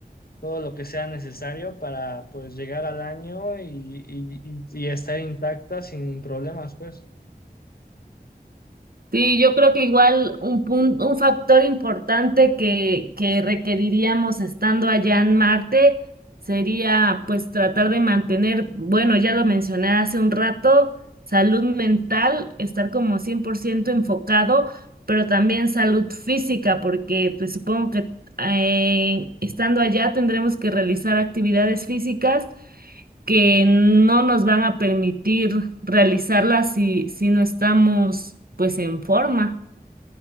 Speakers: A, on the left (about 70°); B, on the right (about 65°).
A: todo lo que sea necesario para pues llegar al año y, y, y- y estar intacta sin problemas, pues.
B: Sí, yo creo que igual un punto, un factor importante que, que requeriríamos estando allá en Marte sería pues tratar de mantener, bueno, ya lo mencioné hace un rato, salud mental, estar como 100% enfocado, pero también salud física, porque pues supongo que eh, estando allá tendremos que realizar actividades físicas que no nos van a permitir realizarla si, si no estamos pues en forma.